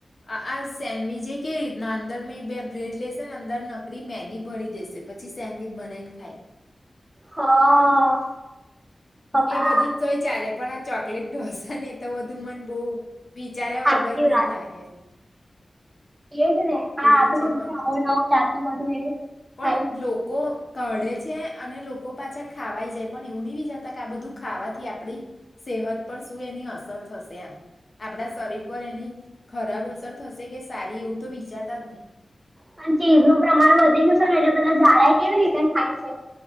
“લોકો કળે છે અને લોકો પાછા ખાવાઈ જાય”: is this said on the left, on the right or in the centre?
Left